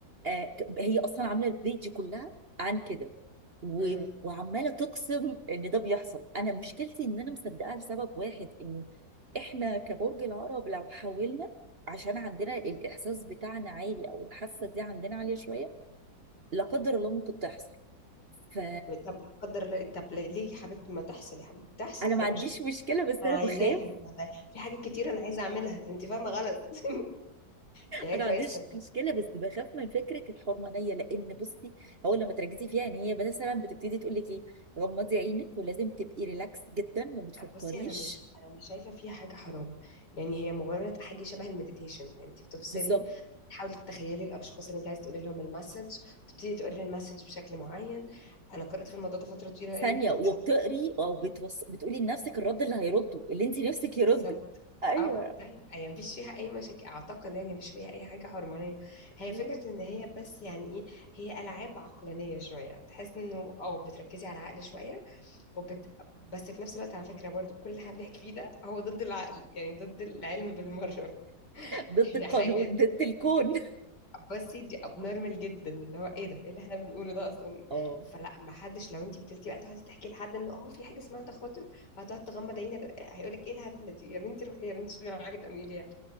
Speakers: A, on the right; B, on the left.
A: آه، ك- هي اصلا عامله البيج كلها عن كده و-
B: أمم.
A: وعماله تقسم ان ده بيحصل انا مشكلتي ان انا مصدقاها لسبب واحد انه احنا كبرج العقرب لو حاولنا عشان عندنا الاحساس بتاعنا عالي او الحاسه دي عندنا عاليه شويه لا قدر الله ممكن تحصل ف...
B: طب لا قدر الله طب ليه يا حبيبتي ما تحصل يا حبيبتي تحصل
A: انا ما
B: ايه
A: عنديش
B: مش
A: مشكله بس
B: انا
A: انا
B: عايزاها
A: بخاف
B: في حاجات كتير انا عايزه اعملها انت فاهمه غلط <laughs> دي حاجه
A: انا
B: كويسه
A: ما عنديش مشكله بس بخاف من فكره الحرمانيه لان بصي هو لما تركزي فيها ان هي مثلا بتبتدي تقول لك ايه غمضي عينك ولازم تبقي ريلاكس جدا ما بتفكريش
B: بصي انا مش انا مش شايفه فيها حاجه حرام يعني هي مجرد حاجه شبه المديتيشن انت بتفصلي
A: بالظبط
B: تحاولي تتخيلي الاشخاص اللي انت عايز تقولي لهم المسج تبتدي تقولي المسج بشكل معين انا قرات في الموضوع ده فتره طويله لاني
A: ثانيه
B: كنت
A: وبتقري او بتوص... بتقولي لنفسك الرد اللي هيرده اللي انت نفسك يرده
B: بالظبط
A: ايوه
B: او طيب يعني مفيش فيها اي مشاكل اعتقد يعني مفيش فيها اي حاجه حرمانيه هي
A: يا
B: فكره
A: رب
B: ان هي بس يعني ايه هي العاب عقلانيه شويه بتحس انه او بتركزي على العقل شويه وبت... بس في نفس الوقت على فكره برضو كل اللي احنا بنحكي فيه ده هو ضد العقل يعني ضد العلم بالمره
A: ضد
B: هي
A: القانون
B: حاجة
A: ضد الكون
B: بصي دي ابنورمال جدا اللي هو ايه ده ايه اللي احنا بنقوله ده اصلا
A: <laughs> اه
B: فلا ما حدش لو انت فضلتي بقى تقعدي تحكي لحد ان اه في حاجه اسمها تخاطر وهتقعد تغمض عينك هيقول لك ايه الهبله دي يا بنتي روحي يا بنتي شوفي معاك ده مين يعني